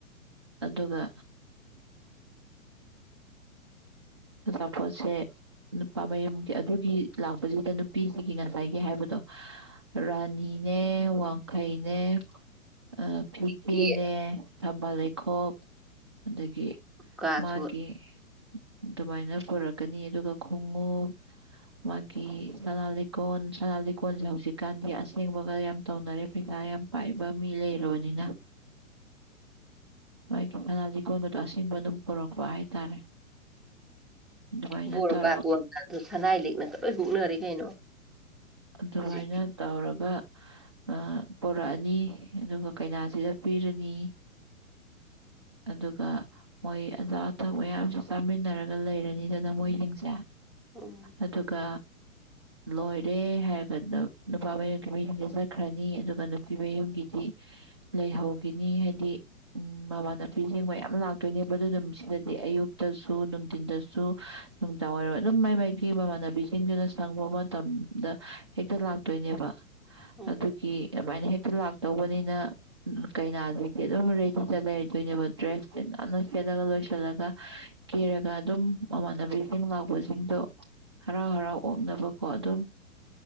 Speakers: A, on the right; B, in the centre.
A: ꯑꯗꯨꯒ ꯑꯆꯥꯄꯣꯠꯁꯦ ꯅꯨꯄꯥ ꯃꯌꯨꯝꯒꯤ ꯑꯗꯨꯒꯤ ꯂꯥꯛꯄꯁꯤꯗ ꯅꯨꯄꯤꯁꯤꯒꯤ ꯉꯁꯥꯏꯒꯤ ꯍꯥꯏꯕꯗꯣ ꯔꯥꯅꯤꯅꯦ ꯋꯥꯡꯈꯩꯅꯦ ꯑ ꯐꯤꯒꯦꯅꯦ
B: ꯀꯦꯛ
A: ꯊꯝꯕꯥꯜ ꯂꯩꯈꯣꯛ ꯑꯗꯒꯤ
B: ꯀꯥꯁꯨ
A: ꯃꯥꯒꯤ ꯑꯗꯨꯃꯥꯏꯅ ꯄꯨꯔꯛꯀꯅꯤ ꯑꯗꯨꯒ ꯈꯣꯡꯎꯞ ꯃꯥꯒꯤ ꯁꯅꯥ ꯂꯤꯀꯣꯟ ꯁꯅꯥ ꯂꯤꯀꯣꯟꯖꯦ ꯍꯧꯖꯤꯛꯀꯥꯟꯗꯤ ꯑꯁꯦꯡꯕꯒ ꯌꯥꯝ ꯇꯨꯅꯔꯦ ꯄꯩꯁꯥ ꯌꯥꯝ ꯄꯥꯏꯕ ꯃꯤ ꯂꯩꯔꯕꯅꯤꯅ
B: <inaudible>
A: ꯃꯥꯒꯤ ꯐꯅꯦ ꯂꯤꯀꯣꯟꯒꯗꯣ ꯑꯁꯦꯡꯕ ꯑꯗꯨꯝ ꯄꯨꯔꯛꯄ ꯍꯥꯏꯇꯥꯔꯦ ꯑꯗꯨꯃꯥꯏꯅ
B: ꯕꯣꯔ
A: ꯇꯧꯔꯒ
B: ꯕꯥꯔꯇꯣꯟ ꯀꯗꯣ ꯁꯅꯥꯏ ꯂꯥꯛꯅꯒ ꯂꯣꯏ ꯍꯨꯛꯅꯔꯦ ꯀꯩꯅꯣ
A: ꯑꯗꯨꯃꯥꯏꯅ
B: ꯍꯧꯖꯤꯛꯇꯤ
A: ꯇꯧꯔꯒ ꯑ ꯄꯣꯔꯛꯑꯅꯤ ꯑꯗꯨꯒ ꯀꯩꯅꯥꯁꯤꯗ ꯄꯤꯔꯅꯤ ꯑꯗꯨꯒ ꯃꯣꯏ ꯑꯆꯥ ꯑꯊꯛ ꯃꯌꯥꯝꯁꯦ ꯆꯥꯃꯤꯟꯅꯔꯒ ꯂꯩꯔꯅꯤꯗꯅ ꯃꯣꯏꯁꯤꯡꯖꯦ
B: ꯎꯝ
A: ꯑꯗꯨꯒ ꯂꯣꯏꯠ ꯔꯦ ꯍꯥꯏꯔꯒꯅ ꯅꯨꯄꯥ ꯃꯌꯨꯝꯒꯤ ꯃꯤꯁꯤꯡꯖꯤ ꯆꯠꯈ꯭ꯔꯅꯤ ꯑꯗꯨꯒ ꯅꯨꯄꯤ ꯃꯌꯨꯝꯒꯤꯗꯤ ꯂꯩꯍꯧꯒꯤꯅꯤ ꯍꯥꯏꯗꯤ ꯎꯝ ꯃꯃꯥꯟꯅꯕꯤꯁꯤꯡ ꯃꯌꯥꯝ ꯂꯥꯛꯇꯣꯏꯅꯦꯕ ꯑꯗꯨ ꯅꯨꯃꯤꯠꯁꯤꯗꯗꯤ ꯑꯌꯨꯛꯇꯁꯨ ꯅꯨꯡꯊꯤꯟꯗꯁꯨ ꯅꯨꯡꯗꯥꯥꯎ ꯑꯣꯏꯔꯣ ꯑꯗꯨꯝ ꯃꯥꯏ ꯃꯥꯏꯀꯤ ꯃꯃꯥꯟꯅꯕꯤꯁꯤꯡꯗꯨꯅ ꯁꯪꯕ ꯃꯇꯝ ꯗ ꯍꯦꯛꯇ ꯂꯥꯛꯇꯣꯏꯅꯦꯕ
B: ꯎꯝ
A: ꯑꯗꯨꯒꯤ ꯑꯗꯨꯃꯥꯏꯅ ꯍꯦꯛꯇ ꯂꯥꯛꯇꯧꯕꯅꯤꯅ ꯀꯩꯅꯥꯁꯤꯗꯤ ꯑꯗꯨꯝ ꯔꯦꯗꯤꯗ ꯂꯩꯔꯗꯣꯏꯅꯦꯕ ꯗ꯭ꯔꯦꯁꯁꯦ ꯅꯥꯟꯅ ꯁꯦꯠꯂꯒ ꯂꯣꯏꯁꯤꯜꯂꯒ ꯀꯦꯔꯒ ꯑꯗꯨꯝ ꯃꯃꯥꯟꯅꯕꯤꯖꯤꯡ ꯂꯥꯛꯄꯁꯤꯡꯗꯣ ꯍꯔꯥꯎ ꯍꯔꯥꯎ ꯑꯣꯛꯅꯕꯀꯣ ꯑꯗꯨꯝ